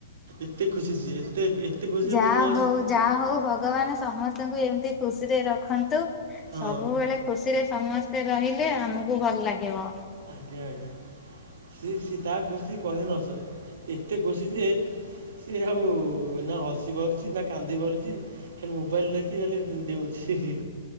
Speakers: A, on the right; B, on the left.
A: ଏତେ ଖୁସି ସିଏ, ଏତେ ଏତେ ଖୁସି।
B: ଯାହା
A: ମୁଁ ଆଜି
B: ହଉ ଯାହା ହଉ, ଭଗବାନ ସମସ୍ତଙ୍କୁ ଏମିତି ଖୁସିରେ ରଖନ୍ତୁ
A: ହଁ
B: ସବୁବେଳେ ଖୁସିରେ ସମସ୍ତେ ରହିଲେ ଆମକୁ ଭଲ ଲାଗିବ।
A: ଆଜ୍ଞା। ଆଜ୍ଞା। ସେ ସେ ତା ଖୁସି କହିଲେ ନ ସରେ, ଏତେ ଖୁସି ଯେ ସେ ଆଉ ନା ହସି ପାରୁଛି ନା କାନ୍ଦି ପାରୁଛି। ଖାଲି ମୋବାଇଲି ଦେଖି ଖାଲି ଡେଉଁଛି।